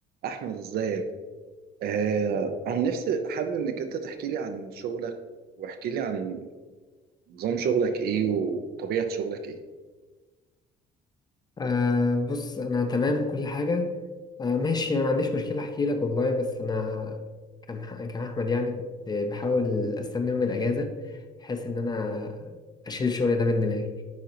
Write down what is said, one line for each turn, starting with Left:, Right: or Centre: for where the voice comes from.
Right: احمد ازيك آه عن نفسي حابب انك انت تحكي لي عن شغلك واحكي لي عن نظام شغلك ايه وطبيعة شغلك ايه
Left: آه بص انا تمام كل حاجه آه ماشي انا ما عنديش مشكله احكي لك والله بس انا كان كان احمد يعني كنت بحاول استنى يوم الاجازه بحيث ان انا اشيل الشغل ده من دماغي